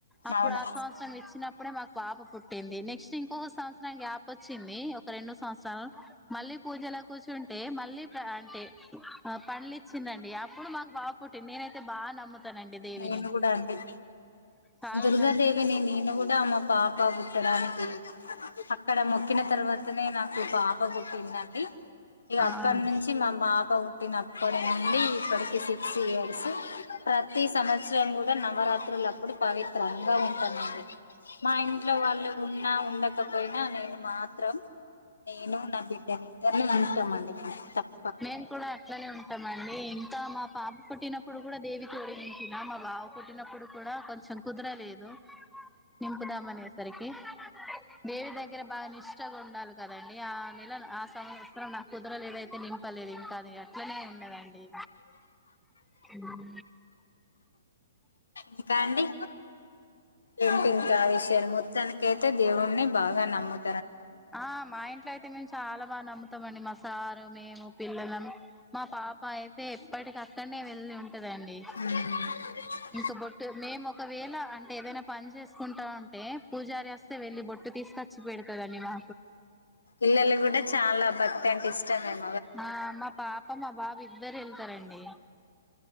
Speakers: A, in the centre; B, on the left.
A: అప్పుడు
B: అవునా
A: ఆ సంవత్సరం ఇచ్చినప్పుడే మాక్ పాప పుట్టింది నెక్స్ట్ ఇంకొక సంవత్సరం గ్యాప్ వచ్చింది ఒక రెండు సంవత్సరాలు మళ్ళీ పూజల్ ఇలా కూర్చుంటే మళ్ళీ ప్ర అంటే పాప్ పండ్లు ఇచ్చిండ్లండి అప్పుడు మాకు బాబు పుట్టిండు నేనైతే బాగా నమ్ముతానండి దేవిని
B: నేను కూడా అండి
A: చాలా
B: దుర్గాదేవిని
A: నమ్
B: నేను కూడా మా పాప పుట్టడానికి అక్కడ మొక్కిన తర్వాతనే నాకు పాప పుట్టిందండి ఇగ
A: అవును
B: అప్పట్నుంచి మా పాప పుట్టినప్పటి నుండి ఇప్పటికి సిక్స్ ఇయర్స్ ప్రతి సంవత్సరం కూడా నవరాత్రులప్పుడు పవిత్రం గా ఉంటానండి మా ఇంట్లో వాళ్ళు ఉన్నా ఉండకపోయినా నేను మాత్ త్రం నేను నా బిడ్డని ఇద్దరిని ఉంచుతామండి మేము తప్
A: మేమ్ కూడా అట్లనే ఉంట్ టమండి అండి ఇంకా మా పాప పుట్టినప్పుడు కూడా దేవికి ఓడి నింపిన మా బాబు పుట్టినప్పుడు కూడా కొంచెం చం కదురలేదు నింపుదామనేరికి దేవి దగ్గర బాగా నిష్టగుండాలి కదండి ఆ నెలన్ ఆ సంవత్సరం నా కుదరలేదైతే నింప్ నింపలేదు ఇంకా అది అట్లనే ఉన్నదండి ఉ
B: ఇంకా అండి ఏంటి ఇంకా ఆ విషయాలు మొత్తానికైతే దేవుణ్ణి బాగా నమ్ముత్
A: ఆ మా ఇంట్లో అయితే మేము చాలా బాగా నమ్ముతామండి మ సారు మేము పిల్లలం మా పాప అయితే ఎప్పటికక్కడనే వెళ్లి ఉంటదండి
B: ఉమ్
A: ఇంక బొట్టు మేము ఒకవేళ అంటే ఏదైనా పని చేసుకుంటా ఉంటే పూజారి వస్తే వెళ్ళి బొట్టు తీసు ఖర్చు పెడతుదానివా
B: ఇలల్లో కూడా చాలా భక్తి అంట ఇష్ట నేం
A: ఆ మా పాప మా బాబు ఇద్దరు వెళ్తారండి